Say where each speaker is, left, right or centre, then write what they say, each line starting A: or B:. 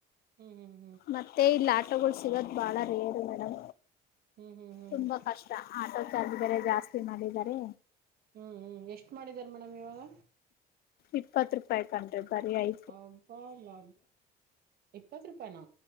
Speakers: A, on the right; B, on the left.
A: ಹ್ಮ್ ಹ್ಮ್ ಹ್ಮ್.
B: ಮತ್ತೆ ಇಲ್ ಆಟೊಗಳ್ ಸಿಗೋದ್ ಬಾಳ ರೇರ್ ಮೇಡಂ
A: ಹ್ಮ್ ಹ್ಮ್ ಹ್ಮ್
B: ತುಂಬಾ ಕಷ್ ಟ ಆಟೋ ಚಾರ್ಜ್ ಬೇರೆ ಜಾಸ್ತಿ ಮಾಡಿದಾರೆ.
A: ಹ್ಞೂ ಹ್ಞೂ ಎಷ್ಟ ಮಾಡಿದ್ದಾರ್ ಮೇಡಮ್ ಇವಾಗ.
B: ಇಪ್ಪತ್ ರೂಪಾಯಿ ಕಂಣ್ರಿ ಬರಿ ಐ
A: ಹಬಬ್ಬ್ಬಬ ಇಪ್ಪತ್ತು ರೂಪಾಯಿನ?